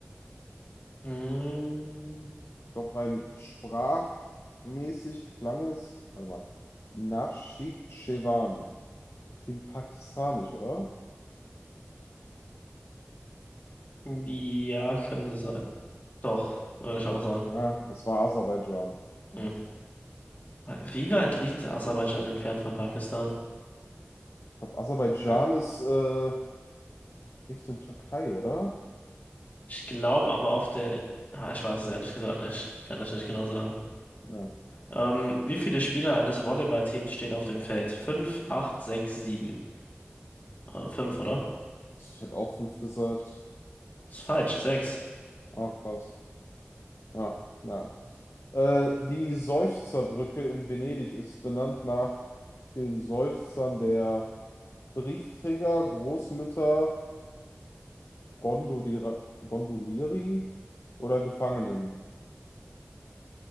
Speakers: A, on the left (about 40°); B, on the left (about 70°).
A: Mm,
B: Ich glaube, rein sprachmäßig klang es, warte mal, Naschid Chewan. Klingt pakistanisch, oder?
A: ja, könnte sein. Doch, würde ich auch sagen.
B: Ah, es war Aserbaidschan.
A: Hm. Wie weit liegt Aserbaidschan entfernt von Pakistan?
B: Ich glaub, Aserbaidschan
A: Ja.
B: ist äh, Richtung Türkei, oder?
A: Ich glaube aber auf der. Ah, ich weiß es ehrlich gesagt nicht. Kann das nicht genau sagen.
B: Ja.
A: Ähm, wie viele Spieler eines Volleyballteams stehen auf dem Feld? 5, 8, 6, 7. Äh, 5, oder?
B: Ich hätte auch fünf gesagt.
A: Ist falsch. 6.
B: Ah, krass. Ja, naja. Äh, die Seufzerbrücke in Venedig ist benannt nach den Seufzern der Briefträger, Großmütter, Gondoliere, Gondolieri oder Gefangenen.